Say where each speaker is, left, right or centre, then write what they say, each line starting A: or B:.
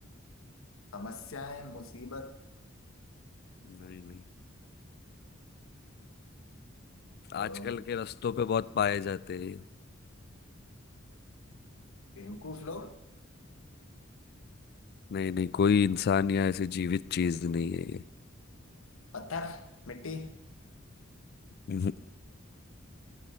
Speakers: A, on the left; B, on the left.
A: समस्याएं मुसीबत
B: नहीं नहीं
A: तो
B: आजकल के रास्तों पे बहुत पाए जाते हैं ये।
A: बेवकूफ लोग
B: नहीं नहीं कोई इंसान या ऐसी जीवित चीज नहीं है ये
A: पत्थर मिट्टी
B: <laughs> हम्म।